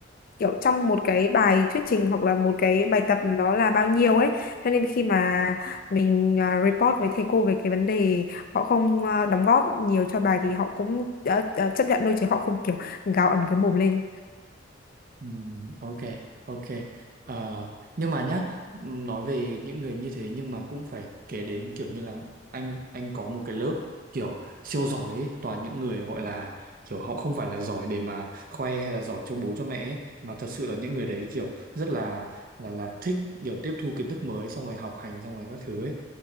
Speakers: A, on the left; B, on the right.
A: kiểu trong một cái bài thuyết trình hoặc là một cái bài tập nó là bao nhiêu ấy cho nên khi mà mình à, report với thầy cô về cái vấn đề họ không à, đóng góp nhiều cho bài thì họ cũng đã- đã chấp nhận thôi chứ họ không kiểu gào ầm cái mồm lên
B: Ừ, ok ok Ờ, nhưng mà nhá nói về những người như thế nhưng mà cũng phải kể đến kiểu như là anh anh có một cái lớp kiểu siêu giỏi ấy, toàn những người gọi là kiểu họ không phải là giỏi để mà khoe hay là giỏi cho bố cho mẹ ấy, mà thật sự là những người đấy kiểu rất là là là thích kiểu tiếp thu kiến thức mới xong rồi học hành xong rồi các thứ ấy